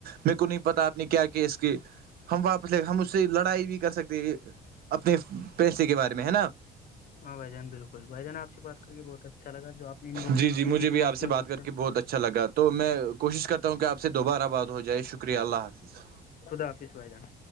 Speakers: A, on the right; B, on the left.
A: میںیر کوئی نہیں پتا آپ نے کیا کیا اس کے ہم واپس لے ہم اس سے لڑائی بھی کر سکتے اپنے پیسے کے بارے میں ہے نا
B: ہاں بھائی جان بالکل بھائی جان آ سے بات کر کے بہت اچھا لگا جو آپ نے انفارمیشن
A: جی جی مجھے
B: دی
A: بھی
B: وہپ
A: آپ سے بات
B: بچہ
A: کر کے بہت اچھا لگا تو میں کوشش کرتا ہوں کہ آپ سے دوبارہ آباد ہو جائے شکریہ اللہ حافظ
B: خدا آپس میں آئے جانا